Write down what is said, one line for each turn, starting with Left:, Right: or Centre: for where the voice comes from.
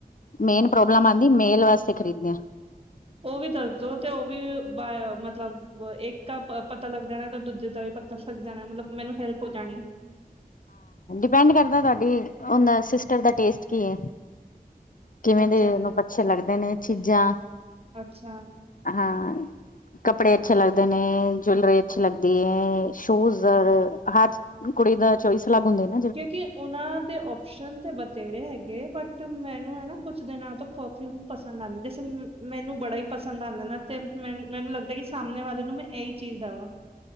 Left: ਮੇਨ ਪ੍ਰੋਬਲਮ
Right: ਅੱਛਾ
Left: ਆੰਦੀ ਮੇਲ ਵਾਸਤੇ ਖ਼ਰੀਦਨੇ।
Right: ਔਹ ਵੀ ਦੱਸਦੋ ਤੇ ਔਹ ਵੀ ਬਾਏ ਮਤਲਬ ਅ ਇੱਕ ਆ ਤਾ ਪਤਾ ਲੱਗ ਜਾਣਾ ਤਾਂ ਦੂਜੇ ਦਾ ਵੀ ਪਤਾ ਲੱਗ ਜਾਣਾ ਮਤਲਬ ਮੈਨੂੰ ਫੇਰ ਭੁਲ ਜਾਣੀ।
Left: ਫਰੇੰਡ ਕਰਦਾ ਤਾਡੀ ਔਂਦਾ ਸਿਸਟਰ ਦਾ ਟੇਸਟ ਕੀ ਏ? ਕਿਵੇਂ
Right: ਅੱਛਾ
Left: ਦੇ ਔਨੂੰ
Right: ਜੀ,
Left: ਪਛੇ ਲੱਗਦੇ ਨੇ ਚੀਜ਼ਾਂ
Right: ਅੱਛਾ
Left: ਹਾਂ ਕੱਪੜੇ ਅੱਛੇ ਲੱਗਦੇ ਨੇ, ਜੂਲਰੀ ਅੱਛੀ ਲੱਗਦੀ ਏ, ਸ਼ੂਜ ਅਰ ਹਰ ਕੁੜੀ ਦੇ ਚੋਇਸ ਅਲੱਗ ਹੁੰਦੇ ਨੇ
Right: ਕਿਉਂਕਿ ਔਨਾਂ ਦੇ ਔਪ ਸ਼ਨ ਤੇ ਬਥੇਰੇ ਹੈਗੇ, ਬਟ ਮੈਨੂੰ ਹੈਨਾ ਕੁਛ ਦਿਨਾਂ ਤੋਂ ਪਰਫਿਊਮ ਪਸੰਦ ਆਂਦੇ ਸੀ <unintelligible> ਮੈਨੂੰ ਬੜਾ ਈ ਪਸੰਦ ਆੰਦਾ ਨਾ ਤੇ ਮੈ ਮੈਨੂੰ ਲੱਗਦਾ ਕਿ ਸਾਹਮਣੇ ਵਾਲੇ ਨੂੰ ਮੈਂ ਏਈ ਚੀਜ਼ ਦਵਾਂ।